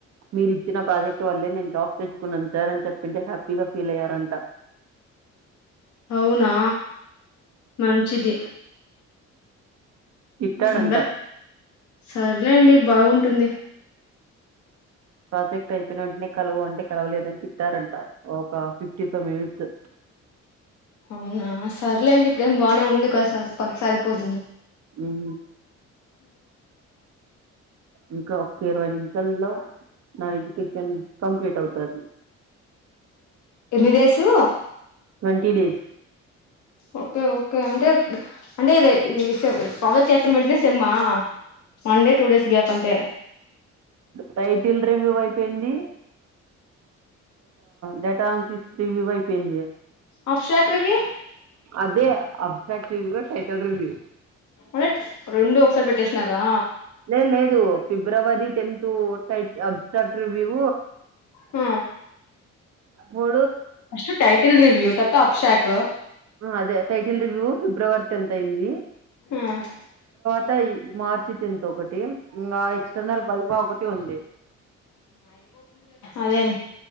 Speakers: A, on the right; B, on the left.
A: మీరు ఇచ్చిన ప్రాజెక్ట్ వల్లే నేను జాబ్ తెచ్చుకున్నాను సార్ అని చెప్పింటే హ్యాపీగా ఫీల్ అయ్యారంట
B: అవునా మంచిది
A: తిట్టాడంట
B: అందరు సర్లేండి బాగుంటుంది
A: ప్రాజెక్ట్ అయిపోయిన వెంటనే కలువు అంటే కలవలేదని తి తిట్టారంట ఆహ్ ఫిఫ్టీ ఫైవ్ మినిట్స్
B: అవునా సర్లేండి ఇప్పుడేం బాగానే ఉంది కదా సార్ సరిపోతుంది
A: <unintelligible> ఇంకా ఇరవై నిమిషంలో నా ఇది కంప్లీట్ అవుాది
B: ఎన్ని days
A: twenty days
B: okay okay అంటే అంటే ప్రాజెక్ట్ చేపోయిన వెంటనే సేమ్ ఆహ్ వన్ టూ డేస్ గ్యాప్ అంతే
A: టైటిల్ రివ్యూ అయిపోయింది డేటా అనాలస్ రివ్యూ అయిపోయింది
B: ఆబ్స్ట్రాక్ట్ రివ్యూ
A: అదే అప్సాదిగా టైటల్ రివ్యూ
B: మ రెండు ఒకసారి పెట్టేసినారా
A: లే లేదు ఫిబ్రవరి టెన్త్ <unintelligible> ఆబ్స్ట్రాక్ట్ రివ్యూ
B: హు
A: పో
B: ఫస్టు టైటిల్ రివ్యూ తర్వ షాక్
A: అదే టైటిల్ రివ్యూ ఫిబ్రవరి టెన్త్ అయింది
B: హామ్
A: ఉంటాయి మార్చి టెన్త్ ఒకటి ఇంకా ఎక్స్టర్నల్ వైవ ఒకటి ఉంది
B: అదేం